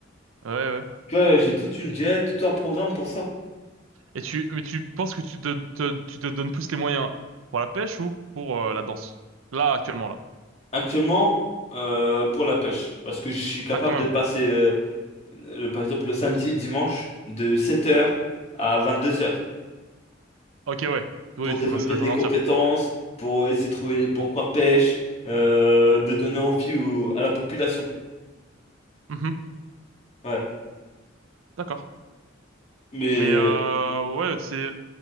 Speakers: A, on the right; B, on the left.
A: Ouais, ouais.
B: tu vois, j'ai toute une diète, tout un programme pour ça.
A: Et tu, mais tu penses que tu te, te- tu te donnes plus les moyens pour la pêche ou pour euh, la danse? Là, actuellement, là.
B: Actuellement, euh, pour la pêche, parce que je suis capable
A: Ah, quand même.
B: de passer, euh, le- par exemple, le samedi, dimanche, de sept heures à vingt deux heures
A: Ok, ouais. Oui,
B: pour développer
A: tu peux passer la
B: des
A: journée
B: compétences,
A: entière.
B: pour essayer de trouver les bons coins de pêche, euh, de donner envie au- à la population.
A: Mhm.
B: Ouais.
A: D'accord.
B: Mais
A: Mais euh, ouais, c'est.